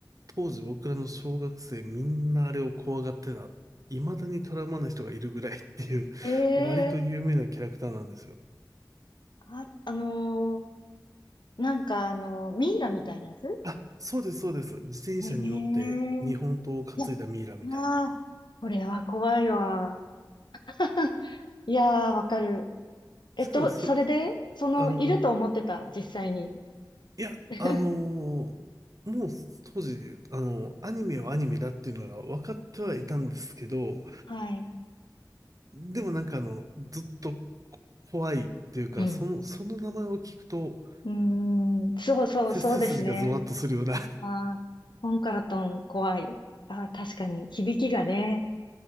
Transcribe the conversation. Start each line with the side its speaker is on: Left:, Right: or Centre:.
Right: 当時僕らの小学生みんなあれを怖がってた。未だにトラウマな人がいるぐらいっていう、
Left: えええ
Right: <laughs> 割と有名なキャラクターなんですよ。
Left: あ、あのーなんかあのーミイラみたいなやつ
Right: あ、そうです、そうです。自転車に乗って日本刀を担いだミイラみたいな。
Left: ええいや、ああ、これは怖いわ。<laughs> いやー、わかる。えっと、
Right: しかもそ、
Left: それで、その、
Right: あの、
Left: いると思ってた、実際に。
Right: いや、
Left: <laughs>
Right: あのーもう当時、あの、アニメはアニメだっていうのが分かってはいたんですけど、
Left: はい。
Right: でもなんかあの、ずっとこ怖いっていうか、
Left: うん。
Right: その、その名前を聞くと、
Left: うーん、そうそう、
Right: せ背筋がゾワッとするような
Left: そうですね。ああ、トンカラトン怖い。ああ、確かに、響きがね。